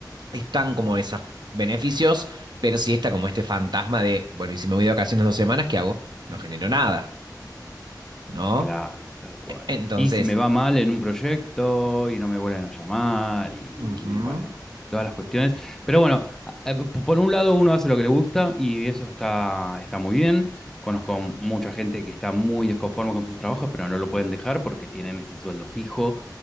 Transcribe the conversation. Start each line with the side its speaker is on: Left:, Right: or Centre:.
Right: están como esos beneficios, pero sí está como este fantasma de, bueno, y si me voy de vacaciones dos semanas, ¿qué hago? No genero nada, ¿no?
Centre: Claro, tal cual.
Right: Entonces,
Centre: Y si me va mal en un proyecto y no me vuelven a llamar y,
Right: ujú.
Centre: y bueno, y todas las cuestiones. Pero bueno, a- a- p- por un lado uno hace lo que le gusta y eso está, está muy bien. Conozco mucha gente que está muy desconforme con sus trabajos, pero no lo pueden dejar porque tienen ese sueldo fijo